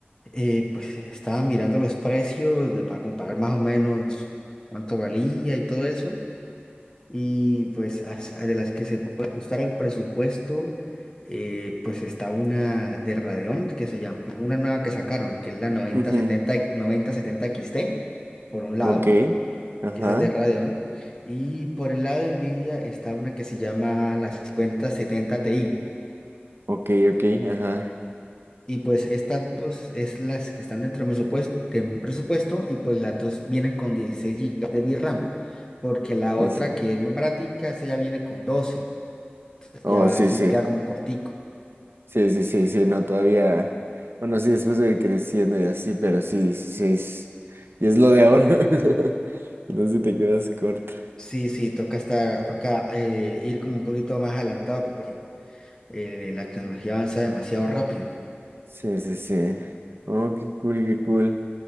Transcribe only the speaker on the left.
Eh, pues estaba mirando los precios de- para comparar más o menos cuánto valía y todo eso. Y pues as- de las que se puede ajustar al presupuesto, eh, pues está una de Radeon que se llama, una nueva que sacaron, que es la 9070,
9070 XT, por un lado,
que esa es de Radeon. Y por el lado de Nvidia está una que se llama la cincuenta setenta Ti.
Y pues estas dos es las que están dentro de mi supuesto- de mi presupuesto y pues las dos vienen con 16 GB de VRAM, porque la
otra que es más baratica, esa ya viene con 12, entonces
ya
se
me queda como cortico.
Sí, sí, toca estar, toca eh, ir como un poquito más adelantado porque eh, la tecnología avanza demasiado rápido.